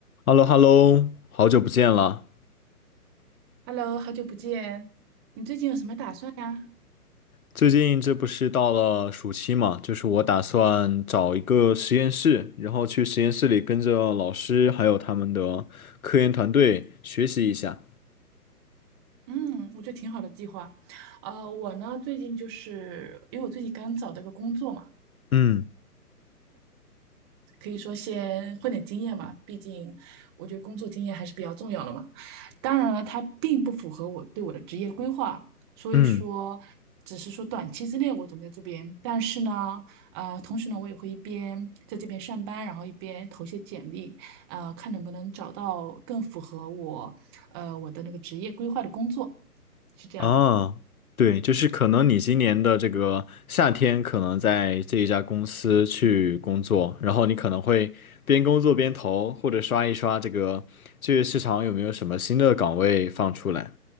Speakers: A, on the left; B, on the right.
A: h e l l o h e l l o 好久不见了。
B: Hello，好久不见，你最近有什么打算呀？
A: 最近这不是到了暑期嘛，就是我打算找一个实验室，然后去实验室里跟着老师还有他们的科研团队学习一下。
B: 嗯，我觉得挺好的计划。呃，我呢最近就是因为我最近刚找到一个工作嘛，
A: 嗯
B: 可以说先混点经验嘛，毕竟我觉得工作经验还是比较重要的嘛。当然了，它并不符合我对我的职业规划，所以说只是说短期之内我准备在这边，
A: 嗯
B: 但是呢，呃，同时呢，我也会一边在这边上班，然后一边投些简历，呃，看能不能找到更符合我，呃，我的那个职业规划的工作，是这样的。
A: 啊，对，就是可能你今年的这个夏天可能在这一家公司去工作，然后你可能会边工作边投，或者刷一刷这个就业市场有没有什么新的岗位放出来。